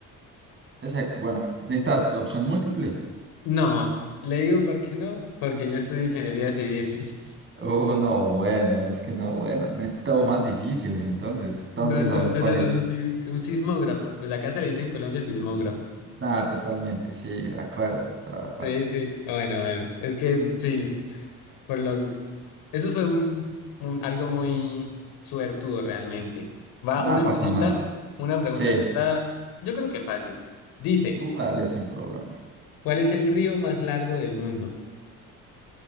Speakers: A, on the right; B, on the left.
A: Esa, bueno, ¿necesitas opción múltiple?
B: No, le digo por qué no, porque yo estudio ingeniería civil. <laughs>
A: Oh, no, bueno, es que no, bueno, necesitamos más difíciles entonces. Entonces,
B: No, entonces
A: a ver cuál
B: eso
A: es.
B: es un, si- un sismógrafo. Pues acá se le dice en Colombia sismógrafo.
A: Eh, Nada, totalmente, sí, de acuerdo, está fácil.
B: Sí, sí. Ah, Bueno, bueno. Es que sí, por lo eso fue un, un- algo muy suertudo realmente. Va
A: Nada
B: una
A: pasa
B: pregunta,
A: nada.
B: una pregunta
A: Sí,
B: que está, yo creo que fácil. Dice,
A: tú dale sin problema.
B: ¿cuál es el río más largo del mundo?